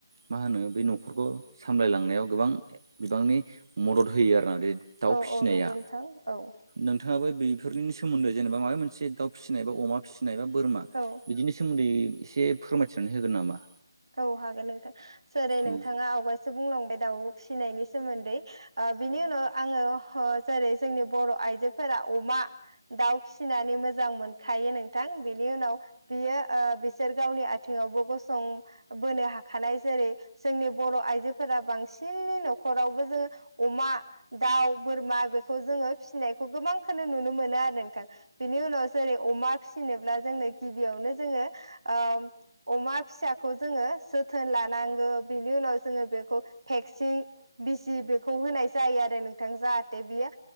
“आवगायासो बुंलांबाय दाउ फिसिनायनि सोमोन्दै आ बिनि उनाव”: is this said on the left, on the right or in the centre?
Right